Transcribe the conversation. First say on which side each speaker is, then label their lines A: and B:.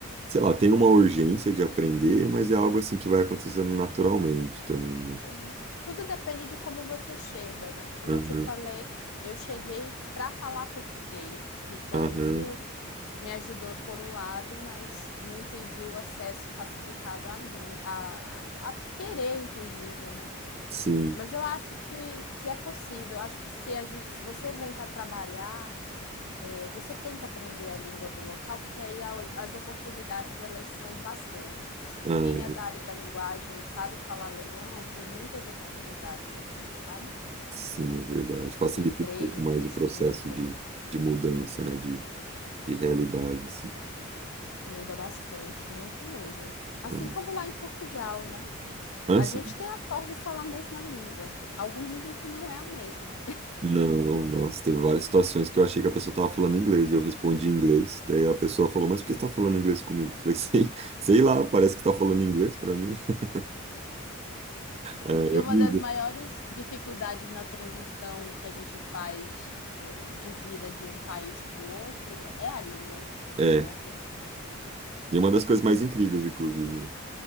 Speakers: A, on the right; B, on the left.
A: sei lá, tem uma urgência de aprender, mas é algo, assim, que vai acontecendo naturalmente também, né?
B: Sim, tudo depende de como você chega, né? Como
A: Aham,
B: eu te falei, eu cheguei para falar português, então
A: aham,
B: isso me ajudou por um lado, mas me impediu o acesso facilitado à língua, a, a querer, inclusive, né?
A: sim.
B: Mas eu acho que, que é possível. Acho que se, a gente, se você vem para trabalhar É, Você tem que aprender a língua do local, porque aí a- as oportunidades elas são bastante. Assim,
A: Ah,
B: quem é da área da linguagem e sabe falar alemão, tem muitas oportunidades aqui, sabe?
A: Sim, é verdade.
B: De
A: Facilita
B: emprego,
A: um pouco
B: de
A: mais
B: pesquisa,
A: o processo de, de mudança, né? De, de realidade, assim.
B: muda bastante, muito mesmo. Assim
A: Ah,
B: como lá em Portugal, né?
A: ah,
B: A
A: sim.
B: gente tem a sorte de falar a mesma língua. Alguns dizem que não é a mesma,
A: Não, nossa, teve várias situações que eu achei que a pessoa tava falando inglês e eu respondi em inglês. Daí a pessoa falou, mas por que você tá falando inglês comigo? Eu falei, <laughs> sei, sei lá, parece que tá falando inglês pra mim. <laughs> É,
B: Acho que
A: eu
B: uma
A: ligo.
B: das maiores dificuldades na transição que a gente faz é, de vida de um país para o outro é a língua, né?
A: É, é.
B: É a questão. disso.
A: e uma das coisas mais incríveis, inclusive.